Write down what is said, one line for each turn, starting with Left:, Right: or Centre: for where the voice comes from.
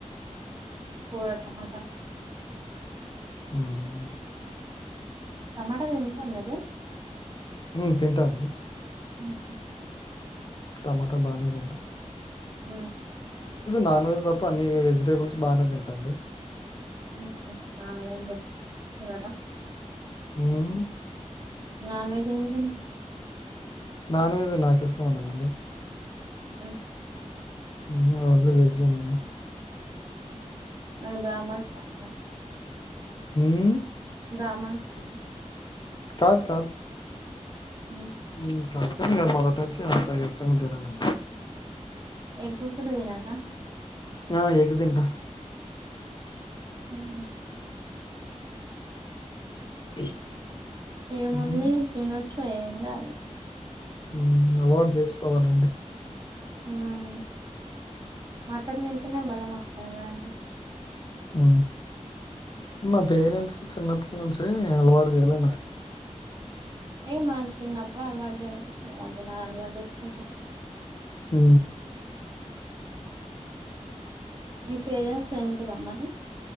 Right: పోత మా
Left: మ్మ్
Right: టమాటో తింటారా మీరు
Left: ఉ తింటా అండి
Right: ఉహు
Left: టమాటా బానే తినటం
Right: మ్మ్
Left: నాన్ వెజ్ తప్ప అన్ని వెజిటేబుల్స్ బాగానే తింటాండి
Right: <unintelligible>
Left: మ్మ్
Right: నన్ వెజ్ అ
Left: నాన్ వెజ్ నాకు ఇష్టం ఉండదండి
Right: <unintelligible>
Left: మీ ఇంట్లో అందరు వెజిటేరియన్ ఆ
Right: అ బ్రాహ్మణ <unintelligible>
Left: మీరు
Right: బ్రాహమణస్ను
Left: కాదు కాదు
Right: ఉమ్
Left: ఇంకా అది మొదటంచి అంత ఇష్టంగా తినను
Right: <unintelligible>
Left: ఆ ఎగ్ తింట
Right: హుమ్
Left: అ
Right: ఏముంది
Left: <inaudible> మ్మ్
Right: <unintelligible> కాదు
Left: ఉమ్ అలవాటు చేసుకోవాలండి
Right: ఊమ్ మటన్ తింటేనే బలం వస్ రాద అండి.
Left: హు మా పేరెంట్స్ చిన్నప్పునుంచే అలవాటు చేయల నాకు
Right: ఏ మన్ చిన్నప్పుడు అలవాటు చేయపోతే, అది నా అలవాటు చేసుకుంటే
Left: హు
Right: మీ పేరెంట్స్ ఏంటి రమ్మని